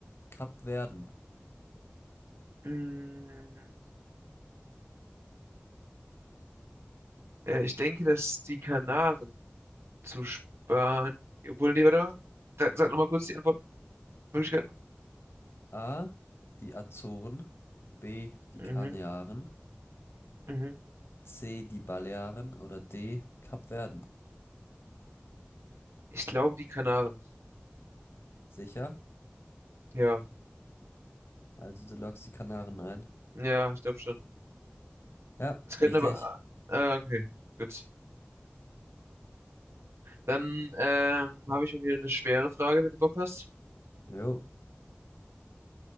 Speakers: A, on the left; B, on the right.
A: Kapverden.
B: Mm, äh, ich denke, dass die Kanaren Zu sparen, Obwohl, nee, warte mal. Da, sag nochmal kurz die Antwortmöglichkeiten.
A: A. Die Azoren. B. Die
B: Mhm,
A: Kanaren.
B: mhm.
A: C. Die Balearen oder D. Kapverden.
B: Ich glaube, die Kanaren.
A: Sicher?
B: Ja,
A: Also du loggst die Kanaren ein.
B: ja, ich glaube schon.
A: Ja,
B: Es könnten
A: richtig.
B: aber. Äh, äh, okay, gut. Dann ähm, habe ich mal wieder eine schwere Frage, wenn du Bock hast.
A: Jo.